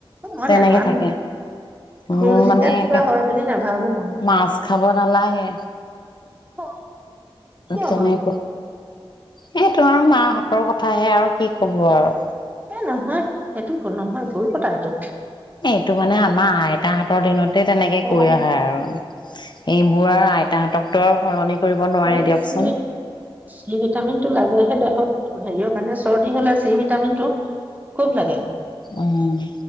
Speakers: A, on the right; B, on the left.
A: মই
B: তেনেকে
A: নামানো
B: থাকে
A: ভুল
B: মোৰ
A: জিকাত
B: মানে
A: কিবা
B: একে,
A: হয় বুলি নাভাবো মই
B: মাছ খাব নালাগে
A: অ, কিয়
B: তেনেকৈ
A: বাৰু
B: সেইটো আৰু মাহঁতৰ কথাহে আৰু কি ক'ব আৰু।
A: এই নহয়, সেইটো ভুল নহয়, ভুল কথা সেইটো।
B: সেইটো মানে আমাৰ আইতাহঁতৰ দিনতে তেনেকে
A: অ
B: কৈ আহা আৰু। এইবোৰ আৰু আইতাহঁতকটো আৰু সলনি কৰিব নোৱাৰে
A: আৰু
B: দিয়কচোন
A: চি, চি ভিটামিনটো লাগেহে দেহত। হেৰীয়ত মানে চৰ্দি হ'লে চি ভিটামিনটো খুব লাগে।
B: অ',